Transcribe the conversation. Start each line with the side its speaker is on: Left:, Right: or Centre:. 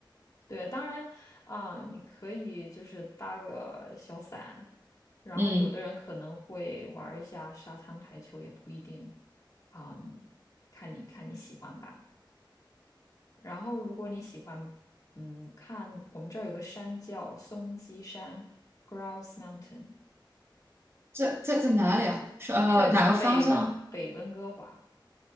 Left: 对，当然啊，你可以就是搭个小伞，然后有的人可能会玩儿一下沙滩排球，
Right: 嗯，
Left: 也不一定。嗯，看你看你喜欢吧。然后如果你喜欢，嗯，看我们这儿有个山叫松鸡山 （Grouse Mountain），
Right: 在在在哪里啊？是呃哪个方向啊？
Left: 在北温北温哥华